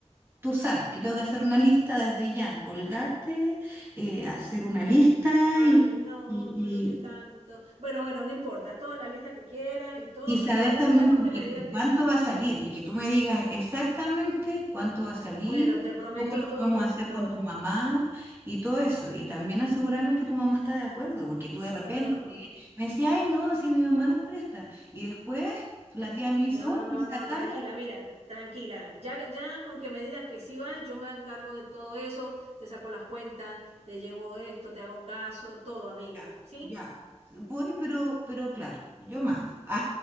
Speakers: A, on the right; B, on the right.
A: tú sabes que tengo que hacer una lista desde ya, colgarte, eh, hacer una lista
B: Ay,
A: y,
B: no,
A: y,
B: pero qué tanto.
A: y-
B: Bueno, bueno, no importa, haz toda la lista que quieras y todo.
A: y saber
B: Ah, Yo lo
A: también
B: que quiero
A: porque,
B: es que me
A: y
B: digas que
A: cuánto
B: sí.
A: va a salir y que tú me digas exactamente cuánto va a salir
B: Bueno, te
A: y
B: prometo
A: cómo lo
B: todo
A: podemos
B: eso,
A: hacer
B: todo,
A: con tu
B: te-
A: mamá y todo eso. Y también asegurarme que tu mamá está de acuerdo, porque tú de repente
B: todo.
A: me decías, ay, no, si mi mamá nos presta. Y después la tía me dice,
B: No,
A: uy,
B: no,
A: me sacaron.
B: no, tranquila, mira, tranquila. Ya, ya con que me digas que sí vas, yo me encargo de todo eso, te saco las cuentas, te llevo esto, te hago caso, todo, amiga,
A: Ya,
B: ¿sí?
A: ya. Voy, pero, pero claro, yo mando.